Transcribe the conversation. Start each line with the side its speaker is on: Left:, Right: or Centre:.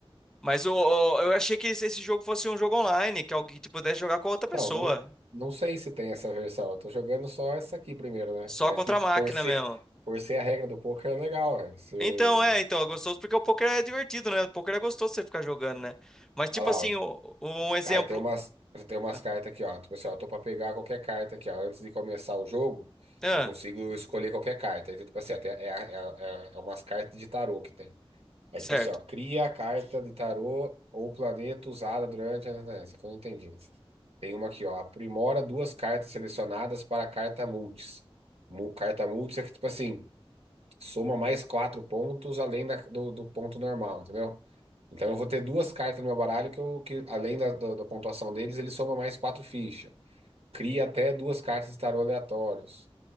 Centre: Mas o, o- eu achei que esse esse jogo fosse um jogo online, que alguém que pudesse jogar com outra pessoa.
Right: Então, não, não sei se tem essa versão. Eu tô jogando só essa aqui primeiro, né?
Centre: Só
Right: Mas,
Centre: contra
Right: tipo,
Centre: a máquina
Right: por ser,
Centre: mesmo.
Right: por ser a regra do poker é legal, velho. Você.
Centre: Então, é, então, é gostoso porque o poker é divertido, né? O poker é gostoso você ficar jogando, né? Mas, tipo
Right: Olha
Centre: assim,
Right: lá, ó.
Centre: o- um exemplo.
Right: Aí tem umas, tem umas
Centre: Ah,
Right: cartas aqui, ó. Tipo assim, ó, tô pra pegar qualquer carta aqui, ó. Antes de começar o jogo,
Centre: ah,
Right: eu consigo escolher qualquer carta. Aí, tipo assim, ó, tem- é, é, é, é umas cartas de tarô que tem. É
Centre: certo.
Right: tipo assim, ó, cria a carta de tarô ou planeta usada durante a... Essa que eu não entendi. Tem uma aqui, ó, aprimora duas cartas selecionadas para a carta multis. Mu- Carta multis é que, tipo assim, soma mais quatro pontos além da- do, do ponto normal, entendeu? Então eu vou ter duas cartas no meu baralho que, eu, que além da, do- da pontuação deles, ele soma mais quatro fichas. Cria até duas cartas de tarô aleatórios.